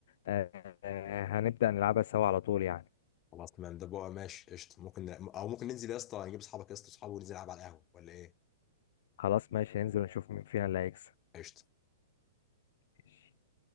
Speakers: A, on the left (about 50°); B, on the left (about 20°).
A: آه، آه، هنبدأ نلعبها سوا على طول يعني
B: خلاص تمام ده بقى ماشي قشطه ممكن او ممكن ننزل يا اسطى نجيب اصحابك يا اسطى اصحابه وننزل نلعب على القهوه ولا ايه
A: خلاص ماشي ننزل ونشوف مين فينا اللي هيكسب
B: قشطه
A: ماشي